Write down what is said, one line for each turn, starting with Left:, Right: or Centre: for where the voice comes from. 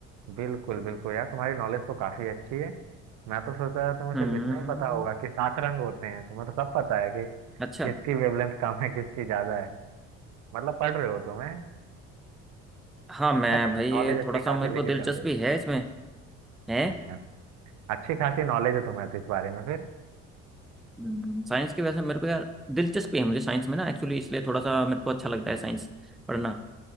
Right: बिल्कुल बिल्कुल यार तुम्हारी नॉलेज तो काफी अच्छी है मैं तो सोचा था तुम्हें
Centre: हम्म
Right: सिर्फ इतना ही पता होगा कि सात रंग होते हैं तुम्हें तो सब पता है कि
Centre: अच्छा
Right: किसकी वेवलेंथ कम है किसकी ज्यादा है मतलब पढ़ रहे हो तुम्हें
Centre: हाँ मैं
Right: अच्छा
Centre: भाई
Right: नॉलेज
Centre: ये
Right: अच्छी
Centre: थोड़ा सा
Right: खासी
Centre: मेरे
Right: लेके
Centre: को दिलचस्पी
Right: चल रहे
Centre: है इसमें है
Right: हो अच्छा अच्छी खासी नॉलेज है तुम्हें तो इस बारे में फिर
Centre: हम्म। साइंस की वजह से मेरे को यार दिलचस्पी है मुझे साइंस में ना एक्चुअली इसलिए थोड़ा सा मेरे को अच्छा लगता है साइंस पढ़ना